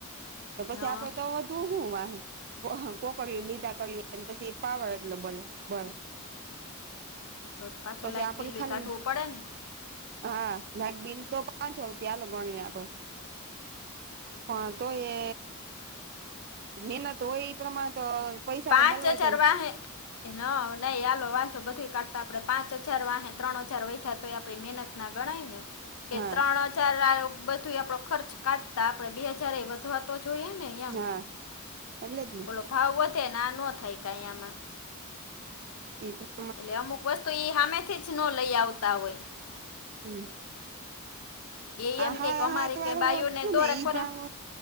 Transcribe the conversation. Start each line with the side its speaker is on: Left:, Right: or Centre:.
Right: તો પછી
Left: હા
Right: આપ તો તું હું વાહે કોકડ્યું લીતા કર પછી પાવળટ બ બ.
Left: હા તો પાછો
Right: પછી
Left: લાઈટ
Right: આપડી
Left: બિલ બી
Right: ખાલી
Left: કાઢવું પડે ને?
Right: હા લાઇટ બિલ તો પાંચસો રૂપિયા હાલો ગણીએ આપડે. પણ તો એ મહેનત હોય એ પ્રમાણે તો પૈસા
Left: પાંચ
Right: તો મળવા
Left: હજાર
Right: જોઈએ
Left: વાહે. ન નહી આલો વાંધો બધું કાઢતા આપડે પાંચ હજાર વા ત્રણ હજાર વધા તોય આપણી મહેનત ના ગણાયને. કે
Right: હા
Left: ત્રણ હજાર બધું આપડો ખર્ચ કાઢતા આપડે બે હજાર એ વધવા તો જોઈએ ને? એમ.
Right: હા એટલે જ ને
Left: ઓલો ભાવ વધેને આ નો થાય આમાં.
Right: એ તો
Left: એટલે અમુક વસ્તુ ઈ સામેથી જ ન લઈ આવતા હોય.
Right: હમ્મ.
Left: એ
Right: આહા
Left: એમ કે કે અમારે
Right: હાત વારૂ
Left: કે બાયોને
Right: હતું
Left: દોરા
Right: ને એઈ
Left: કરે
Right: ભાવ.